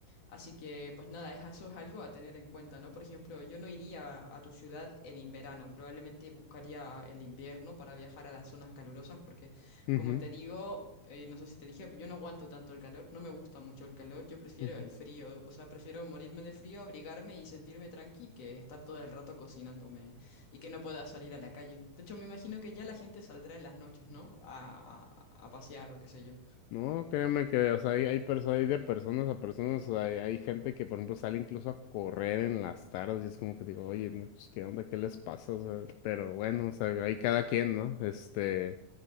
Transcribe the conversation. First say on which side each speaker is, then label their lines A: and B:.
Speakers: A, on the left; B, on the left.
A: Así que, pues nada, es- eso es algo a tener en cuenta, ¿no? Por ejemplo, yo no iría a tu ciudad en verano, probablemente buscaría el invierno para viajar a las zonas calurosas, porque
B: Ujú,
A: como te digo, eh, no sé si te dije, pero yo no aguanto tanto el calor, no me gusta mucho el calor, yo prefiero
B: ujú.
A: el frío, o sea, prefiero morirme de frío, abrigarme y sentirme tranqui que estar todo el rato cocinándome y que no pueda salir a la calle. De hecho, me imagino que ya la gente saldrá en las noches, ¿no? A, a- a pasear o qué sé yo.
B: No, créeme que, o sea, hay, hay, perso- hay de personas a personas, o sea, hay, hay gente que, por ejemplo, sale incluso a correr en las tardes y es como que digo, oye, no, pues, ¿qué onda? ¿Qué les pasa? O sea, pero bueno, o sea, hay cada quien, ¿no? Este,